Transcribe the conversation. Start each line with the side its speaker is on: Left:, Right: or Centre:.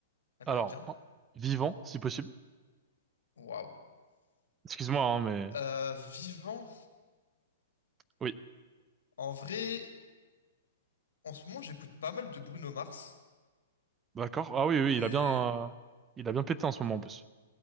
Left: américain.
Right: Alors, en- vivant, si possible.
Left: Waouh.
Right: Excuse-moi, hein, mais
Left: Euh, vivant.
Right: oui,
Left: En vrai, en ce moment, j'écoute pas mal de Bruno Mars.
Right: d'accord. Ah oui,
Left: Mais,
Right: oui, il a bien, euh, il a bien pété en ce moment en plus.